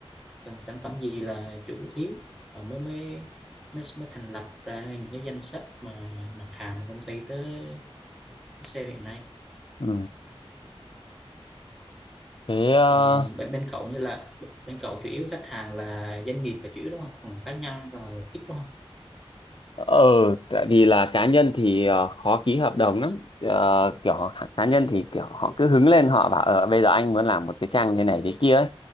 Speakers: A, in the centre; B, on the left.
A: cần sản phẩm gì là chủ yếu và mới mới mới mới thành lập ra những cái danh sách mà mặt hàng mà công ty tới sale hiện nay
B: ừ thế ờ,
A: còn bên, bên cậu như là bên cậu chủ yếu khách hàng là doanh nghiệp là chủ yếu đúng không còn cá nhân là ít đúng không
B: Ờ, tại vì là cá nhân thì ờ, khó ký hợp đồng lắm. Ờ, kiểu họ- cá nhân thì kiểu họ cứ hứng lên họ bảo ờ bây giờ anh muốn làm một cái trang thế này thế kia ấy.